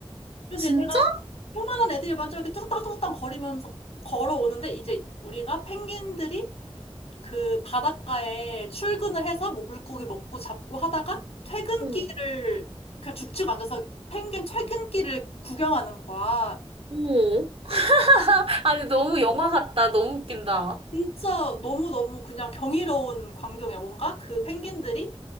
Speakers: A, on the left; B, on the right.
A: 그래서
B: 진짜?
A: 얘네가 요만한 애들이 먼저 이렇게 뚝딱뚝딱 거리면서 걸어오는데 이제 우리가 펭귄들이 그 바닷가에 출근을 해서 뭐 물고기 먹고 잡고 하다가 퇴근길을
B: 응,
A: 그냥 죽치고 앉아서 펭귄 퇴근길을 구경하는 거야.
B: 오. <laughs> 아니, 너무 영화 같다. 너무 웃긴다.
A: 진짜 너무너무 그냥 경이로운 광경이야. 뭔가 그 펭귄들이